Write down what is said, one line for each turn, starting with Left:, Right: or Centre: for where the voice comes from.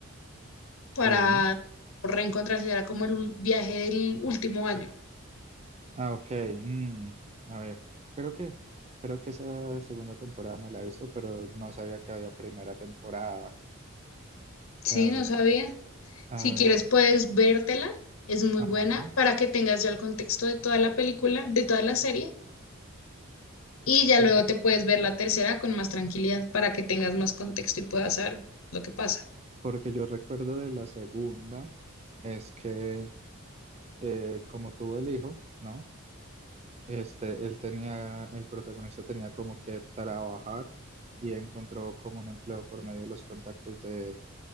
Left: para
Right: sí.
Left: reencontrarse. Era como el ul- viaje del último año.
Right: Ah, ok. mm, A ver, creo que, creo que esa segunda temporada me la he visto, pero no sabía que había primera temporada.
Left: Sí,
Right: A ver,
Left: no sabía.
Right: a
Left: Si
Right: ver.
Left: quieres, puedes vértela. Es muy
Right: Ajá.
Left: buena para que tengas ya el contexto de toda la película, de toda la serie Y ya
Right: Sí.
Left: luego te puedes ver la tercera con más tranquilidad para que tengas más contexto y puedas saber lo que pasa.
Right: Porque yo recuerdo de la segunda es que eh, como tuvo el hijo, ¿no? Este, él tenía, el protagonista tenía como que trabajar y encontró como un empleo por medio de los contactos de